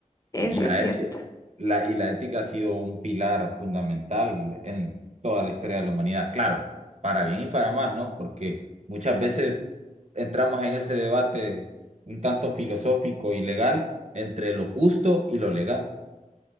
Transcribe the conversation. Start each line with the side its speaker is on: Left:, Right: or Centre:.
Left: eso
Right: Y la,
Left: es cierto.
Right: eti- la, y la ética ha sido un pilar fundamental en toda la historia de la humanidad, claro, para bien y para mal, ¿no? Porque muchas veces entramos en ese debate un tanto filosófico y legal entre lo justo y lo legal.